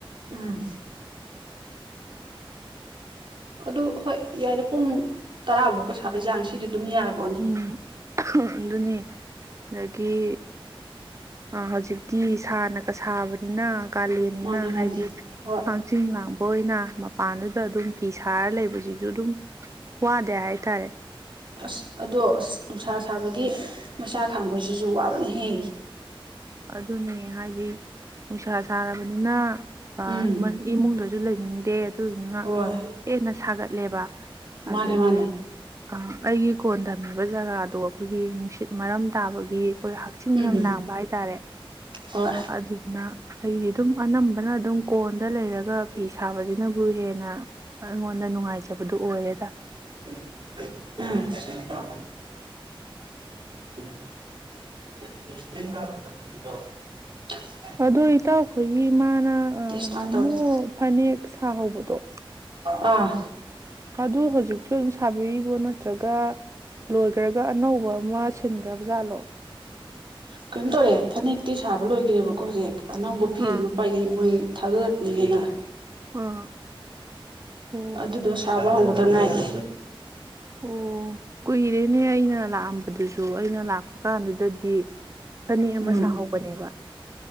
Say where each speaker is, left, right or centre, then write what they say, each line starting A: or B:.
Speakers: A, on the right (about 60°); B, on the right (about 35°).
A: ꯎꯝ ꯑꯗꯨ ꯍꯣꯏ ꯌꯥꯏ ꯄꯨꯡ ꯇꯔꯥꯕꯣꯀ ꯁꯥꯕꯩ ꯆꯥꯡ ꯁꯤꯗꯤ ꯑꯗꯨꯝ ꯌꯥꯔꯕꯣꯅꯤ
B: ꯎꯝ ꯑꯗꯨꯅꯤ ꯑꯗꯒꯤ ꯍꯧꯖꯤꯛꯇꯤ ꯁꯥꯅꯒ ꯁꯥꯕꯅꯤꯅ ꯀꯥꯂꯦꯟꯅꯤꯅ
A: ꯃꯥꯅꯦ
B: ꯍꯥꯏꯗꯤ
A: ꯃꯥꯅꯦ ꯍꯣꯏ
B: ꯍꯥꯡꯆꯤꯡ ꯂꯥꯡꯕ ꯑꯣꯏꯅ ꯃꯄꯥꯟꯗꯨꯗ ꯑꯗꯨꯝ ꯐꯤ ꯁꯥꯔ ꯂꯩꯕꯁꯤꯁꯨ ꯑꯗꯨꯝ ꯋꯥꯗꯦ ꯍꯥꯏꯇꯥꯔꯦ
A: ꯑꯁ ꯑꯗꯣ ꯑꯁ ꯅꯨꯡꯁꯥ ꯁꯥꯕꯒꯤ ꯃꯩꯁꯥ ꯈꯥꯡꯕꯁꯤꯁꯨ ꯋꯥꯕꯅꯦ ꯍꯦ
B: ꯑꯗꯨꯅꯦ ꯍꯥꯏꯗꯤ ꯅꯨꯡꯁꯥ ꯁꯥꯔꯕꯅꯤꯅ ꯑ
A: ꯎꯝ
B: ꯃ ꯏꯃꯨꯡꯗ ꯑꯗꯨ ꯂꯩꯅꯤꯡꯗꯦ ꯑꯗꯨꯗꯨꯅ
A: ꯍꯣꯏ
B: ꯍꯦꯟꯅ ꯁꯥꯒꯠ ꯂꯦꯕꯥꯛ
A: ꯃꯥꯅꯦ
B: ꯑꯗꯒꯤ
A: ꯃꯥꯅꯦ
B: ꯑ ꯑꯩꯒꯤ ꯀꯣꯟ ꯊꯝꯃꯤꯕ ꯖꯒꯥꯗꯣ ꯑꯈꯣꯏꯒꯤ ꯅꯨꯡꯁꯤꯠ ꯃꯔꯝ ꯇꯥꯕꯒꯤ ꯑꯩꯈꯣꯏ ꯍꯛꯆꯤꯟ
A: ꯎꯝ
B: ꯌꯥꯝ ꯂꯥꯡꯕ ꯍꯥꯏ ꯇꯥꯔꯦ
A: ꯍꯣꯏ
B: ꯑꯗꯨꯗꯨꯅ ꯑꯩꯗꯤ ꯑꯗꯨꯝ ꯑꯅꯝꯕꯅ ꯑꯗꯨꯝ ꯀꯣꯟꯗ ꯂꯩꯔꯒ ꯐꯤ ꯁꯥꯕꯁꯤꯅꯕꯨ ꯍꯦꯟꯅ ꯑꯩꯉꯣꯟꯗ ꯅꯨꯡꯉꯥꯏꯖꯕꯗꯨ ꯑꯣꯏꯔꯦꯗ
A: ꯎꯝ <unintelligible>
B: ꯑꯗꯨ ꯢꯇꯥꯎꯈꯣꯏꯒꯤ ꯃꯥꯅ
A: ꯇꯦꯁꯇꯣ
B: ꯉꯍꯥꯃꯨꯛ
A: ꯍꯥꯟꯅ ꯇꯧꯔꯖꯦ
B: ꯐꯅꯦꯛ ꯁꯥꯍꯧꯕꯗꯣ
A: ꯑꯝ
B: ꯑꯗꯨ ꯍꯧꯖꯤꯛ ꯁꯨ ꯑꯗꯨꯝ ꯁꯥꯕꯤꯔꯤꯕꯣ ꯅꯠꯇ꯭ꯔꯒ ꯒ ꯂꯣꯏꯈ꯭ꯔꯒ ꯑꯅꯧꯕ ꯑꯃ ꯁꯤꯟꯈ꯭ꯔꯕ ꯖꯥꯠꯂꯣ
A: ꯀꯩꯅꯣ ꯇꯧꯔꯦ ꯐꯅꯦꯛꯇꯤ ꯁꯥꯕ ꯂꯣꯏꯒ꯭ꯔꯦꯕꯀꯣ ꯍꯧꯖꯤꯛ ꯑꯅꯧꯕ ꯐꯤ
B: ꯑꯥ
A: ꯑꯃ ꯄꯥꯏꯔꯛꯢ ꯃꯣꯏ ꯊꯥꯗꯔꯛꯄꯤꯅꯤꯅ
B: ꯑꯥ ꯑꯣ
A: ꯑꯗꯨꯗꯣ ꯁꯥꯕ ꯍꯧꯕ ꯇ ꯉꯥꯏꯔꯤ
B: ꯑꯣ ꯀꯨꯏꯔꯦꯅꯦ ꯑꯩꯅ ꯂꯥꯛꯑꯝꯕꯗꯨꯁꯨ ꯑꯩꯅ ꯂꯥꯛꯄ ꯀꯥꯟꯗꯨꯗꯗꯤ ꯐꯅꯦꯛ ꯑꯃ
A: ꯎꯝ
B: ꯁꯥꯍꯧꯕꯅꯦꯕ